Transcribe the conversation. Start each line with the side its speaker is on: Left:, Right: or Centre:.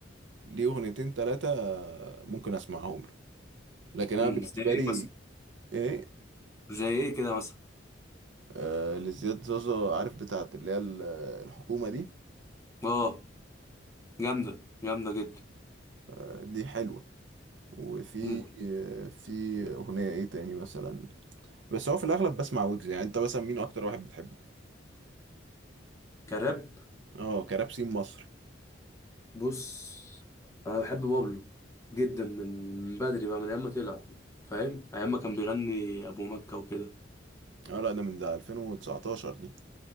Right: ليه اغنيتين ثلاثه ممكن اسمعهم له لكن انا
Left: امم
Right: بالنسبه
Left: زي ايه
Right: لي
Left: مثلا
Right: ايه
Left: زي ايه كده مثلا
Right: آه لزياد زازا عارف بتاعت اللي هي ال- الحكومه دي
Left: اه جامده جامده جدا
Right: آه دي حلوه وفي
Left: امم
Right: في اغنيه ايه تاني مثلا بس هو في الاغلب بسمع ويجز يعني انت مثلا مين اكتر واحد بتحبه
Left: كراب
Right: اه كراب سين مصري
Left: بص انا بحب بابلو جدا من من بدري بقى من ايام ما طلع فاهم ايام ما كان بيغني ابو مكة وكده
Right: اه لا ده من ده 2019 دي انت